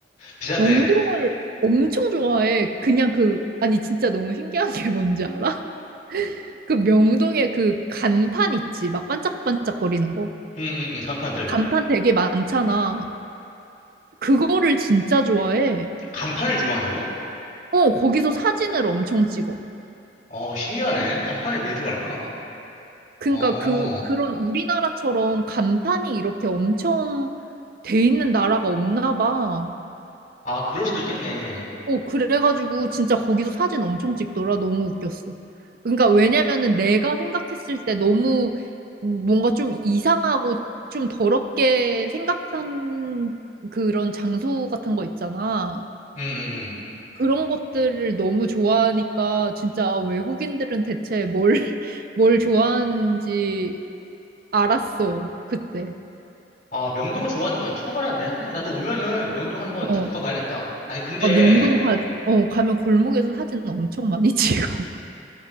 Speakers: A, on the left; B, on the right.
A: 비싼데
B: 명동을 엄청 좋아해. 그냥 그, 아니 진짜 너무 신기한 게 뭔지 알아? <laughs> 그 명동에 그 간판 있지. 막 반짝반짝거리는 거.
A: 응응응 간판들
B: 간판 되게 많잖아. 그거를 진짜 좋아해.
A: 간판을 좋아한다고?
B: 어, 거기서 사진을 엄청 찍어.
A: 어 신기하네 간판을 왜 좋아할까?
B: 그러니까
A: 어 아
B: 그 그런 우리나라처럼 간판이 이렇게 엄청 돼 있는 나라가 없나 봐.
A: 그럴 수도 있겠네
B: 어, 그래가지고 진짜 거기서 사진 엄청 찍더라. 너무 웃겼어. 그러니까 왜냐면은 내가 생각했을 때 너무 뭔가 좀 이상하고 좀 더럽게 생각한 그런 장소 같은 거 있잖아.
A: 응응응
B: 그런 것들을 너무 좋아하니까 진짜 외국인들은 대체 뭘, <laughs> 뭘 좋아하는지 알았어, 그때.
A: 아 명동을 좋아하는 건 처음 알았네 한번 나도 오면은 명동 한번
B: 어,
A: 데리고 가봐야겠다 아니 근데
B: 아, 명동 가, 어, 가면 골목에서 사진 엄청 많이 <laughs> 찍어.